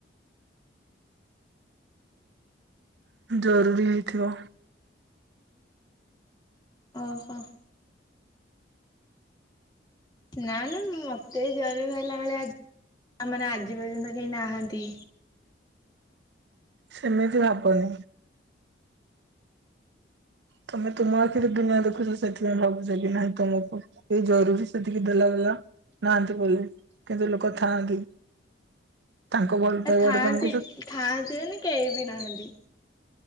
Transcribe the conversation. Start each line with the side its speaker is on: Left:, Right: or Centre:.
Right: ଜରୁରୀ ହେଇଥିବ।
Left: ଓହୋ। ନା ନା ମତେ ଜରୁରୀ ହେଲା ଭଳିଆ ଆମର ଆଜି ପର୍ଯ୍ୟନ୍ତ କେହି ନାହାନ୍ତି।
Right: ସେମିତି ଭାବନି ତମେ ତୁମ ଆଖିରେ ଦୁନିଆ ଦେଖୁଛ ସେଥିପାଇଁ ଭାବୁଛ କି ନାଇଁ ତମକୁ କେ ଜରୁରୀ ସେତିକି ଦେଲା ବଲା ନାହାନ୍ତି ବୋଲି କିନ୍ତୁ ଲୋକ ଥାଆନ୍ତି। ତାଙ୍କ ଭଲ ପାଇବାଟା
Left: ଆ ଥାଆନ୍ତି
Right: ତମକୁ ସେ
Left: ଥାଆନ୍ତି ମାନେ କେହି ବି ନାହାନ୍ତି।